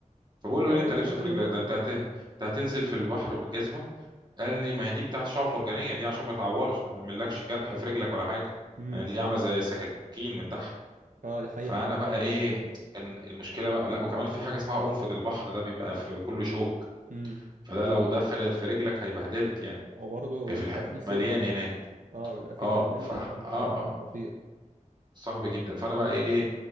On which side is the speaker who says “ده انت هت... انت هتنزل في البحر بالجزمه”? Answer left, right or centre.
Right